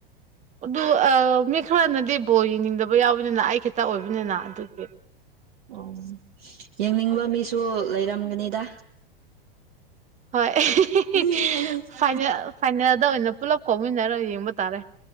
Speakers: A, on the right; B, on the right.
A: ꯑꯗꯨ ꯑꯥ ꯃꯤ ꯈꯔꯅꯗꯤ ꯕꯣꯜ ꯌꯦꯡꯅꯤꯡꯗꯕ ꯌꯥꯎꯕꯅꯤꯅ ꯑꯩ ꯈꯤꯇ ꯑꯣꯏꯕꯅꯤꯅ ꯑꯗꯨꯒꯤ
B: ꯑꯣ ꯌꯦꯡꯅꯤꯡꯕ ꯃꯤꯁꯨ ꯂꯩꯔꯝꯒꯅꯤꯗ
A: ꯍꯣꯏ <unintelligible>
B: ꯍꯣꯏ
A: ꯐꯥꯏꯅꯦꯜ ꯐꯥꯏꯅꯦꯜꯗ ꯑꯣꯏꯅ ꯄꯨꯂꯞ ꯀꯧꯃꯤꯟꯅꯔ ꯌꯦꯡꯕ ꯇꯥꯔꯦ